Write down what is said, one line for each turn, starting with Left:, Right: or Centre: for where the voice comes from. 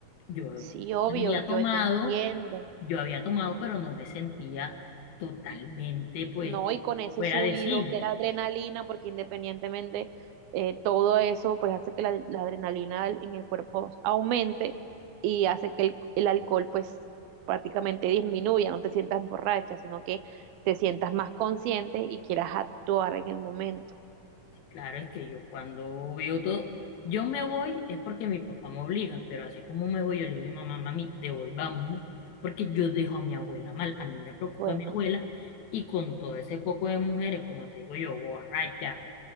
Left: yo
Right: Sí, obvio,
Left: había
Right: yo
Left: tomado,
Right: te entiendo.
Left: yo había tomado, pero no me sentía totalmente, pues,
Right: No, y con ese
Left: fuera
Right: subidón
Left: de sí.
Right: de adrenalina, porque independientemente eh, todo eso, pues hace que la, la adrenalina en el cuerpo aumente y hace que el, el alcohol pues prácticamente disminuya, no te sientas borracha, sino que te sientas más consciente y quieras actuar en el momento.
Left: Claro, es que yo cuando veo todo, yo me voy es porque mi papá me obliga, pero así como me voy, yo le digo a mi mamá, mami, devolvamos, ¿no? Porque yo dejo a mi abuela mal, a mí me preocupa
Right: Bueno,
Left: mi abuela y con todo ese poco de mujeres, como te digo yo, borracha